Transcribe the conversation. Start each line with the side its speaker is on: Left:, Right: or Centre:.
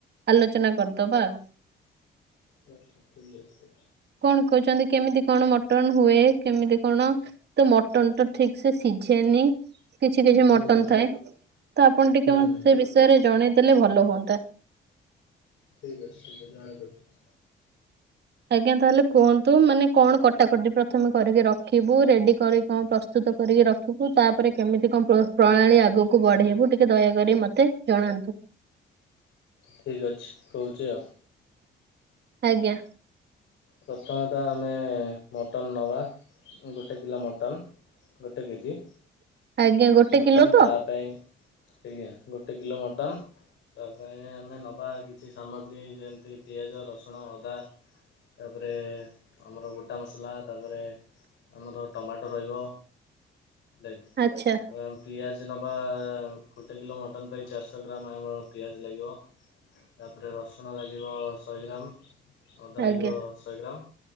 Right: ଆଲୋଚନା କରିଦେବା ଆଉ
Left: ପ୍ଲସ ଥ୍ରି ବ
Right: କଣ କହୁଛନ୍ତି। କେମିତି କଣ ମଟନ ହୁଏ। କେମିତି କଣ। ତ ମଟନ ଟା ଠିକ ସେ ସିଝେନି କିଛି କିଛି
Left: ହୁଁ
Right: ମଟନ
Left: ହୁଁ
Right: ଥାଏ। ତ ଆପଣ ଟିକେ
Left: ହୁଁ
Right: ମତେ
Left: ହୁଁ।
Right: ସେ ବିଷୟରେ ଜଣେଇଦେଲେ ଭଲ ହୁଅନ୍ତା।
Left: ଠିକ୍ ଅଛି। ଆଜ୍ଞା ଆଣି ଦଉଛି।
Right: ଆଜ୍ଞା ତାହେଲେ କୁହନ୍ତୁ, ମାନେ କଣ କଟାକଟି ପ୍ରଥମେ କରିକି ରଖିବୁ ରେଡି କରି କଣ ପ୍ରସ୍ତୁତ କରିକି ରଖିବୁ, ତାପରେ କେମିତି କଣ ପ୍ରଣାଳୀ ଆଗକୁ ବଢ଼େଇବୁ ଟିକେ ଦୟାକରି ମୋତେ ଜଣାନ୍ତୁ
Left: ଠିକ ଅଛି, କହୁଛି ଆଉ।
Right: ଆଜ୍ଞା
Left: ପ୍ରଥମେ ତ ଆମେ ମଟନ୍ ନେବା ଗୋଟେ କିଲୋ ମଟନ୍ ଗୋଟେ କେଜି,
Right: ଆଜ୍ଞା ଗୋଟେ
Left: ମଟନ୍
Right: କିଲୋ ତ
Left: ତା ପାଇଁ ଆଜ୍ଞା ଗୋଟେ କିଲୋ ମଟନ ତା ପାଇଁ ଆମେ ନେବା କିଛି ସାମଗ୍ରୀ ଯେମିତି ପିଆଜ, ରସୁଣ, ଅଦା। ତାପରେ ଆମର ଗୋଟା ମସଲା, ତାପରେ ଆମର ଟମାଟୋ ରହିବ। ଆ
Right: ଆଚ୍ଛା
Left: ପିଆଜ ନେବା ଗୋଟେ କିଲୋ ମଟନ୍ ପାଇଁ ଚାରିଶହ ଗ୍ରାମ ଆମର ପିଆଜ ଲାଗିବ। ତାପରେ ରସୁଣ ଲାଗିବ ଶହେ ଗ୍ରାମ। ଲାଗିବ
Right: ଆଜ୍ଞା
Left: ଶହେ ଗ୍ରାମ